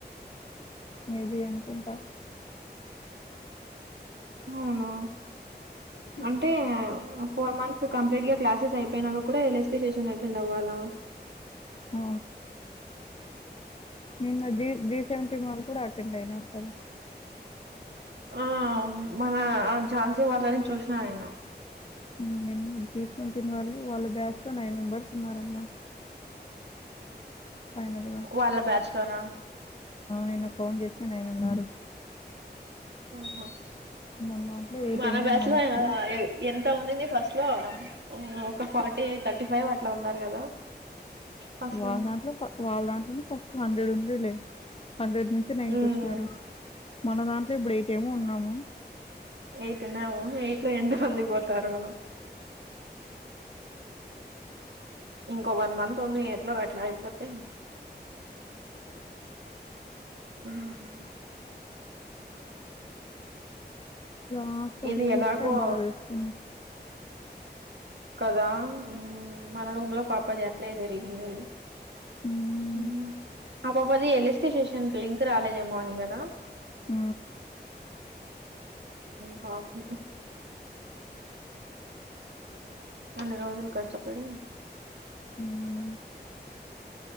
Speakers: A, on the left; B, on the right.
A: మేబి అనుకుంటా
B: అవున
A: హ్
B: అంటే ఫోర్ మంత్స్ కంప్లీట్ గా క్లాసెస్ అయిపోయినాక కూడా ఎలాస్టి సేషన్ అటెండ్ అవ్వాలా
A: ఆ నిన్న జీ జీ సెవెంటీ మాల్ కూడా అటెండ్ అయినారు కదా
B: ఆ మన ఆ ఝాన్సీ వాళ్ళని చూసిన నేను
A: హ్ జీ సెవంటీ వాళ్ళు వాళ్ళ బ్యాసచ్ లో నైన్ మెంబర్స్ ఉన్నారమ్మా ఫైనల్గా
B: వాల్ల బ్యాచ్ లోన
A: నేను ఫోన్ చేస్తే నేను ఉన్నారు
B: ఆహ
A: మన దాంట్లో ఎయిట్
B: మన
A: ఏమో
B: బ్యాచ్
A: ఉన్నాం
B: లో అయి
A: ఇప్పుడు
B: ఎంత ఉండింది ఫస్ట్ లో ఒక ఫార్టీ థర్టీ ఫైవ్ అట్లా ఉన్నారు కదా ఫస్ట్‌లో.
A: వాళ్ళ దాంట్లో వాళ్ళ దాంట్లోనే ఫస్ట్ హండ్రెడ్ ఉండేలే హండ్రెడ్ నుంచి నైన్కి
B: హ్మ్.
A: వచ్చినారు మన దాంట్లో బ్రైట్ ఏమో ఉన్నాము
B: ఎయిట్ ఉన్నాము ఎయిట్ లో ఎంత మంది పోతారు ఇంకో వన్ మంత్ ఉంది. ఎట్లో అట్లా అయిపోతే హ్
A: హాస్టల్
B: ఇది
A: తీసేస్తే
B: ఎలాగో
A: బాదా ఏస్తుంది.
B: కదా మన రూమ్ లో పాపది ఆట్లే జరిగింది
A: హ్మ్.
B: హ్ ఆ పాపది ఎల్ ఏస్టి స్టేషన్ కి లింక్ రాలేదేమో అని కదా
A: ఆ
B: కోపం ఇన్ని రోజులు కష్టపడి
A: హ్మ్.